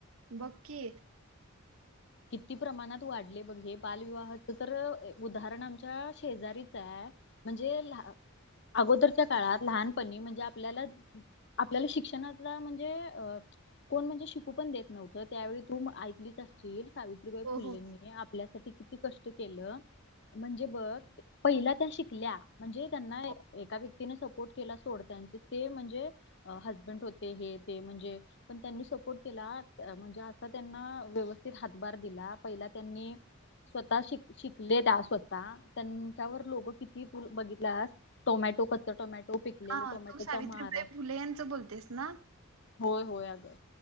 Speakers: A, on the right; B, on the left.
A: बककी
B: किती प्रमाणात वाढले बघ हे बालविवाहाच तर उदाहरण आम च्या शेजारीचा म्हणजे, अगोदरच्या काळात लहानपणी म्हणजे आपल्याला आपल्याला शिक्षणातला म्हणजे अ कोण म्हणजे शिकू पण देत नव्हतं त्यावेळी तू ऐकलीच सावित्रीबाई
A: हो
B: फुलेंनी
A: हो
B: आपल्यासाठी किती कष्ट केलं, म्हणजे बघ पहिला त्या शिकल्या म्हणजे त्यांना
A: हो
B: एका व्यक्तीने सपोर्ट केला सोड त्यानं ते म्हणजे हजबंड होते हे ते म्हणजे, पण त्यांनी सपोर्ट केला म्हणजे असा त्यांना व्यवस् हातभार दिला पहिला त्यांनी स्वतः शिक शिकले त्या स्वतः त्यांच्यावर लोकं किती बघितलास टोमॅटो कच टोमॅटो पिकलेलं
A: हा
B: टोमॅटोचा
A: तू सावित्रीबाई
B: मारा
A: फुले यांचं बोलतेस ना
B: होय होय अगं